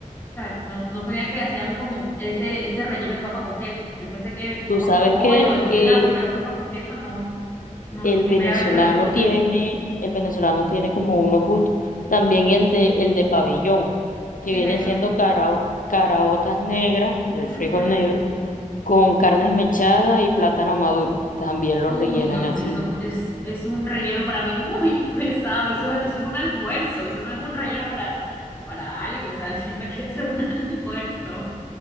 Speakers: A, on the left; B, on the left.
A: sea, no, no sabía que hacían como ese, ese relleno de papa con queso. Yo pensé que
B: Tú
A: papa
B: sabes
A: con pollo
B: que,
A: y cositas
B: que
A: así, pero papa con queso no, no,
B: El
A: primera
B: venezolano
A: vez que lo escucho.
B: tiene, el venezolano tiene como unos gustos. También el de, el de pabellón, que
A: ¿Qué
B: vienen
A: es eso?
B: siendo carao- caraotas negras, el frijol
A: Ujú.
B: negro, con carne esmechada y plátano maduro. También lo
A: Uy,
B: rellenan
A: no,
B: así.
A: eso es, es un relleno para mí muy <laughs> pesado. Eso, eso es un almuerzo. Eso no es un relleno para, para algo. O sea, <laughs> siento que eso es un <laughs> almuerzo.